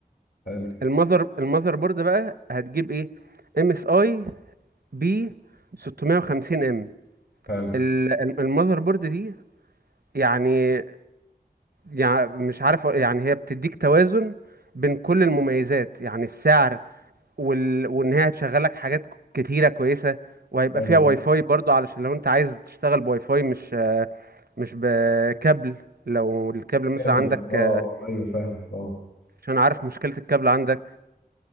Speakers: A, on the left; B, on the right.
A: حلو
B: المذر المذر بورد بقى هتجيب ايه ام اس اي بي 650 ام
A: حلو
B: المذر بورد دي يعني يعني مش عارف أقول- يعني هي بتديك توازن بين كل المميزات يعني السعر وال... وان هي هتشغل لك حاجات كتيره كويسه وهيبقى
A: حلو
B: فيها واي
A: آه.
B: فاي برضو علشان لو انت عايز تشتغل بواي فاي مش آه، مش بكابل لو الكابل مثلا
A: جامد
B: عندك
A: ده اه
B: آه،
A: اه ايوه فاهم اه
B: عشان عارف مشكله الكابل عندك